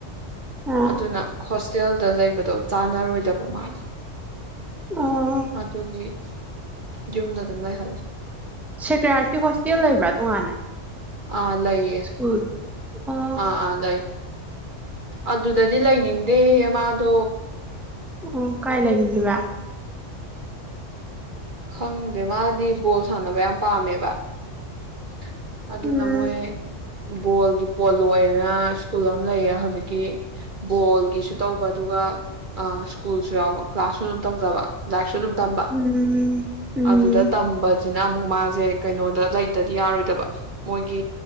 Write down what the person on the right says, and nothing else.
ꯑꯗꯨꯅ ꯍꯣꯁ ꯇꯦꯜꯗ ꯂꯩꯕꯗꯣ ꯆꯥꯟꯅꯔꯣꯏꯗꯕ ꯃꯥꯗꯣ
ꯑꯗꯨꯒꯤ ꯌꯨꯝꯗ ꯑꯗꯨꯝ ꯂꯩꯍꯧꯔꯦ
ꯑꯥ ꯂꯩꯌꯦ
ꯑꯥ ꯑꯥ ꯂꯩ ꯑꯗꯨꯗꯗꯤ ꯂꯩꯅꯤꯡꯗꯦ ꯃꯥꯗꯣ
ꯈꯪꯗꯦ ꯃꯥꯗꯤ ꯕꯣꯜ ꯁꯥꯟꯅꯕ ꯌꯥꯝ ꯄꯥꯝꯃꯦꯕ <inaudible> ꯑꯗꯨꯅ
ꯃꯣꯏ ꯕꯣꯜꯒꯤ ꯄꯣꯜꯂꯣꯏꯌꯦꯅ ꯁ꯭ꯀꯨꯜ ꯑꯃ ꯂꯩꯌꯦ ꯍꯧꯖꯤꯛꯀꯤ ꯕꯣꯜꯒꯤꯁꯨ ꯇꯧꯕ ꯑꯗꯨꯒ ꯑ ꯁ꯭ꯀꯨꯜꯁꯨ ꯌꯥꯎꯕ ꯀ꯭ꯂꯥꯁꯁꯨ ꯑꯗꯨꯝ ꯇꯧꯖꯕ ꯂꯥꯏꯔꯤꯛꯁꯨ ꯑꯗꯨꯝ ꯇꯝꯕ
ꯑꯗꯨꯗ ꯇꯝꯕ ꯁꯤꯅ ꯑꯃꯨꯛ ꯃꯥꯁꯦ ꯀꯩꯅꯣꯗ ꯂꯩ ꯇꯗꯤ ꯌꯥꯔꯣꯏꯗꯕ ꯃꯣꯏꯒꯤ